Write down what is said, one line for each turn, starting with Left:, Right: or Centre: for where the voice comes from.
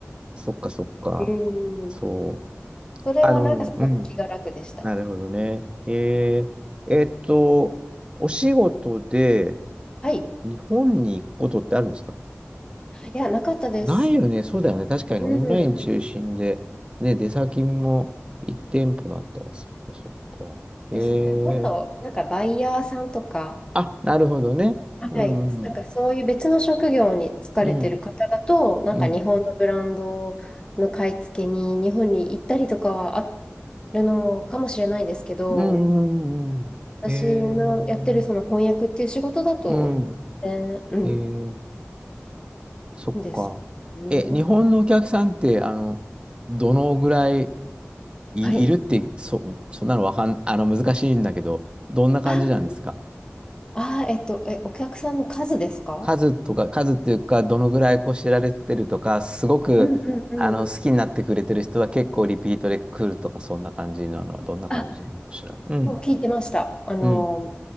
Right: そっかそっか。
Left: うん。
Right: そう。
Left: それはなんかすごく気が楽でした。
Right: あの、うん。なるほどね。えええっと、お仕事で
Left: はい。
Right: 日本に行くことってあるんですか
Left: いや、なかったです。
Right: ないよね。そうだよね。確かにオンライン中心で、
Left: うん。
Right: ね、出先も1店舗だったら、そっかそっか。えー、
Left: ですね。もっと、なんかバイヤーさんとか、
Right: あ、なるほどね。
Left: はい、
Right: うんうん
Left: なんかそういう別の職業に疲れてる方だと、
Right: うん。
Left: なんか日本のブランドの買い付けに日本に行ったりとかはあ
Right: うん。
Left: るのかもしれないですけど、
Right: うんうんうんうん。
Left: 私のやってるその翻訳っていう仕事だと、
Right: えー、うん。
Left: えー
Right: えー、そっか。
Left: うん、ですね。
Right: え、日本のお客さんって、あの、どのぐらいい、
Left: はい。
Right: いるって、そ、そんなのわかん、あの、難しいんだけど、どんな感じなんですか
Left: ああー、えっと、え、お客さんの数ですか
Right: 数とか、数っていうか、どのぐらいこう知られてるとか、すごく、
Left: うんうんうん。
Right: あの、好きになってくれてる人は結構リピートで来るとか、そんな感じなのは、どんな感じなのかしら。
Left: あ、
Right: うん、
Left: もう聞いてました。あの、
Right: うん、